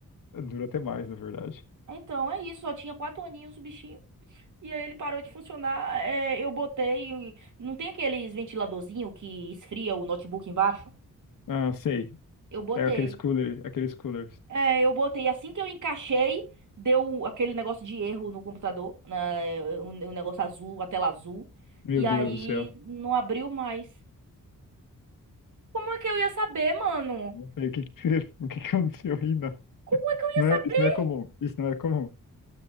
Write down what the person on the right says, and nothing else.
Então é isso, só tinha quatro aninhos o bichinho. E aí ele parou de funcionar. é, eu botei. Não tem aqueles ventiladorzinho que esfria o notebook embaixo?
Eu botei.
É, eu botei. Assim que eu encaixei, deu aquele negócio de erro no computador, né, o o negócio azul, a tela azul.
E
aí
não abriu mais. Como é que eu ia saber, mano?
Como é que eu ia
saber?